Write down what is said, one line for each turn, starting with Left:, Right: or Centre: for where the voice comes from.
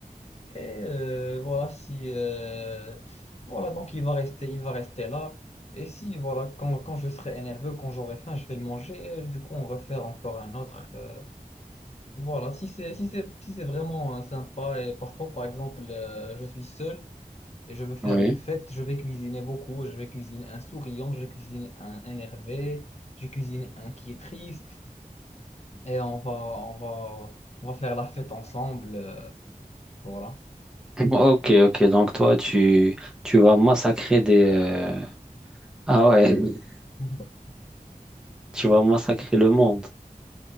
Left: Et euh, voilà, si euh, voilà, donc il va rester, il va rester là. Et si voilà, quand, quand je serai énervé, quand j'aurai faim, je vais le manger. Et du coup, on refaire encore un autre. euh, voilà, si c'est si c'est si c'est vraiment euh, sympa et parfois, par exemple, euh, je suis seul et je veux faire
Centre: oui,
Left: une fête, je vais cuisiner beaucoup. Je vais cuisiner un souriant, je cuisine un énervé, je cuisine un qui est triste. Et on va on va on va faire la fête ensemble. euh, voilà.
Centre: ok, ok, donc toi, tu, tu vas massacrer des, euh, ah ouais, <laughs>
Left: <laughs>
Centre: tu vas massacrer le monde.